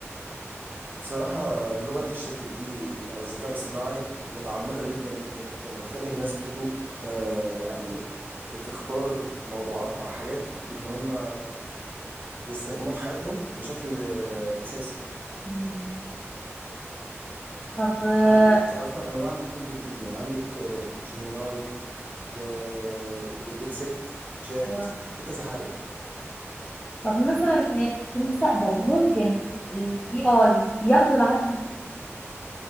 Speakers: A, on the right; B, on the left.
A: بصراحة لغة الشات جي بي تي أو الذكاء الاصطناعي متعمقة جدا جدا جدا وبتخلي الناس برضو آه يعني بتختار موضوعات أو حاجات إن هم يستخدموها في حياتهم بشكل آه أساسي
B: مم. طب آه،
A: انت عندك اصلا انواع من الشات جي بي تي يعني عندك آه، جيميناي و... وديبسيك شات
B: آه،
A: في كذا حاجه
B: طب مثلا آه، في المستقبل ممكن الاي اي يغزو العالم